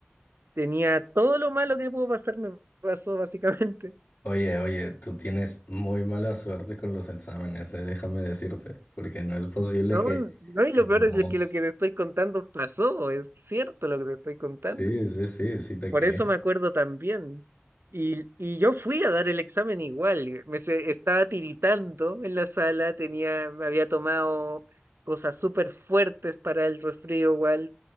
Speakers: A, on the right; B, on the left.
A: tenía todo lo malo que pudo pasar, me pasó básicamente. <laughs>
B: Oye, oye, tú tienes muy mala suerte con los exámenes, eh, déjame decirte, porque no es posible
A: No,
B: que
A: no, y
B: en
A: lo peor
B: dos-
A: es que lo que te estoy contando pasó, es cierto lo que te estoy contando.
B: Sí, sí, sí, sí te
A: Por
B: creo.
A: eso me acuerdo también. Y, y yo fui a dar el examen igual, me se- estaba tiritando en la sala, tenía, me había tomado cosas súper fuertes para el resfrío igual,